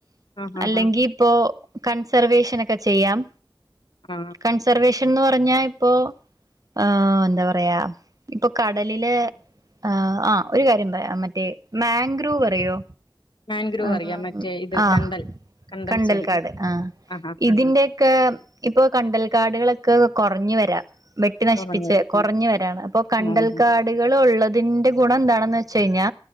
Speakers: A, on the left; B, on the right.
A: ആഹാ
B: അല്ലെങ്കി
A: ഹാ
B: ഇപ്പോ കൺസർവേഷനക്കെ ചെയ്യാം
A: ആ
B: കൺസർവേഷ് ൻന്ന് പറഞ്ഞാ ഇപ്പോ ആ എന്താ പറയാ ഇപ്പൊ കടലിലെ ആ ആ ഒരു കാര്യം പറയാം മറ്റേ മാഗ്രു പറയോ
A: മാൻഗ്രൂവ്
B: ആ
A: അറിയാം മറ്റേ ഇത്
B: ആ
A: കണ്ടൽ കണ്ടൽ
B: കണ്ടൽക്കാട്
A: ചെടി
B: ആ
A: ആഹാ
B: ഇതിന്റെക്കെ ഇപ്പൊ കണ്ടൽക്കാടുകളൊക് ക്കെ കൊറഞ്ഞു വരാ വെട്ടി നശിപ്പിച്ച്
A: കുറഞ്ഞത്
B: കുറഞ്ഞു വരാണ് അപ്പോ കണ്ടൽക്കാടുകൾ
A: ഉം ഉം.
B: ഒള്ളത് ന്റെ ഗുണം എന്താണെന്ന് വെച്ച് കഴിഞ്ഞാ